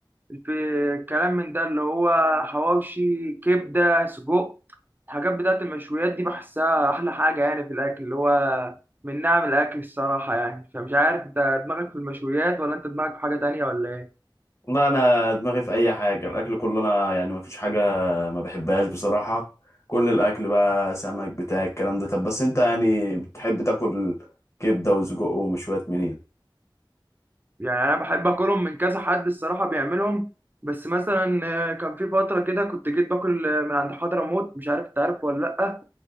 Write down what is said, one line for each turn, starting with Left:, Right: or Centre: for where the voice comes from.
Right: في كلام من ده اللي هو حواوشي كبده سجق الحاجات بتاعت المشويات دي بحسها احلى حاجه يعني في الاكل اللي هو من نعم الاكل الصراحه يعني فمش عارف انت دماغك في المشويات ولا انت دماغك في حاجه تانية ولا ايه
Left: والله انا دماغي في اي حاجه الاكل كله انا يعني ما فيش حاجه ما بحبهاش بصراحه كل الاكل بقى سمك بتاع الكلام ده طب بس انت يعني بتحب تاكل كبده وسجق ومشويات منين
Right: يعني انا بحب اكلهم من كذا حد الصراحه بيعملهم بس مثلا آه، كان في فتره كده كنت جيت باكل آه، من عند حضرموت مش عارف انت عارف ولا لا